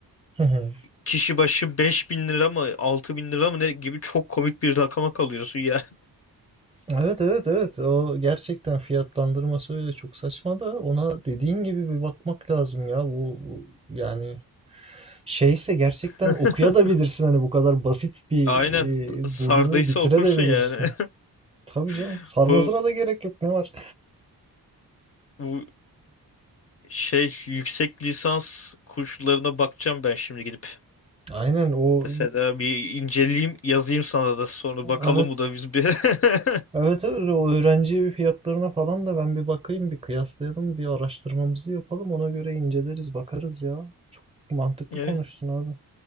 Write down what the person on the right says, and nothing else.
Hı hı.
Evet evet evet o gerçekten fiyatlandırması öyle çok saçma da ona dediğin gibi bir bakmak lazım ya bu bu yani şeyse gerçekten
okuyabilirsin hani bu kadar basit bir
e,
bölümü bitirebilirsin.
Tabii canım
sarmasına
da gerek yok ne var.
Aynen o
evet
Evet evet o öğrenci fiyatlarına falan da ben bir bakayım bir kıyaslayalım bir araştırmamızı yapalım ona göre inceleriz bakarız ya. Çok mantıklı
konuştun abi.